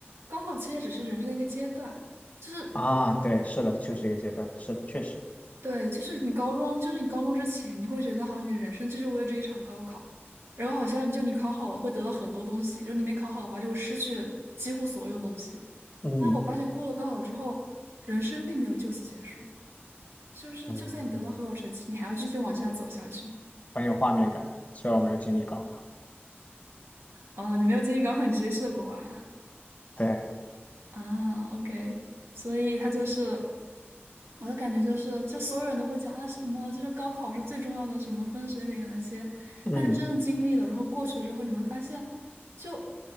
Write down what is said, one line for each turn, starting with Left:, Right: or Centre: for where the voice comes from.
Right: 高考其实也只是人生的一个阶段，就是
Left: 啊，对，是的，就是一个阶段，是的，确实，
Right: 对，就是你高中，就是你高中之前，你会觉得好像你的人生就是为了这一场高考，然后好像就你考好了会得到很多东西，然后你没考好的话就会失去几乎所有东西。
Left: 嗯
Right: 但我发现过了高考之后，人生并没有就此结束，就是就算你得到很好成绩，
Left: 嗯，
Right: 你还要继续往下走下去。
Left: 很有画面感。虽然我没有经历高考，
Right: 哦，你没有经历高考，你直接去了国外啊？
Left: 对，
Right: 啊，OK，所以他就是。我的感觉就是，就所有人都会讲啊，什么就是高考是最重要的，什么分水岭那些，
Left: 嗯，
Right: 但是真的经历了，然后过去了之后，你会发现，就